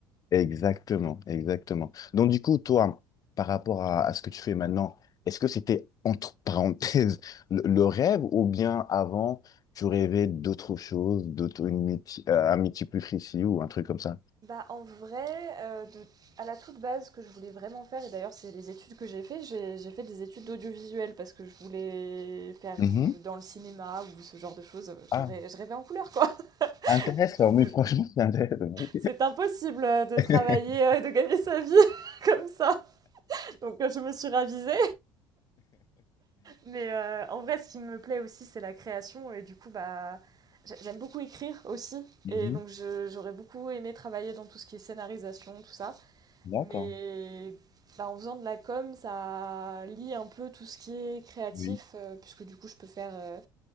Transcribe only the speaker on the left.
Exactement, exactement. Donc du coup, toi, par rapport à, à ce que tu fais maintenant, est-ce que c'était entre parenthèses <laughs> le, le rêve ou bien avant, tu rêvais d'autre chose, d'autre une méti- euh, un métier plus précis ou un truc comme ça?
Mhm.
Ah,
intéressant,
mais
franchement, c'est intéressant.
<laughs>
Mhm.
D'accord,
oui,